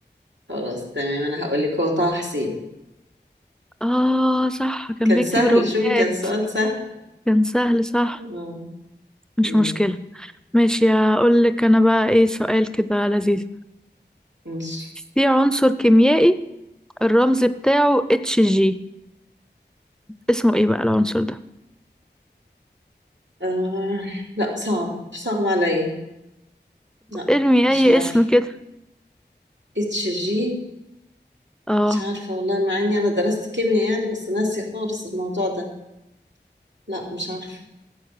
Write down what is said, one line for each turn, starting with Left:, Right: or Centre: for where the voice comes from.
Right: خلاص تمام انا هقول لك هو طه حسين
Centre: آه صح كان
Right: كان
Centre: بيكتب
Right: سهل
Centre: روايات
Right: شوفي كان سؤال سهل
Centre: كان سهل صح
Right: اه
Centre: مش
Right: مم.
Centre: مشكلة ماشي هقول لك أنا بقى إيه سؤال كده لذيذ
Right: ماشي
Centre: في عنصر كيميائي الرمز بتاعه اتش جي اسمه إيه بقى العنصر ده
Right: آه. لا صعب صعب عليا لا
Centre: ارمي
Right: مش
Centre: أي
Right: عارفه
Centre: اسم كده
Right: اتش جي
Centre: آه
Right: مش عارفه والله مع اني انا درست كيمياء يعني بس ناسي خالص الموضوع ده لا مش عارفه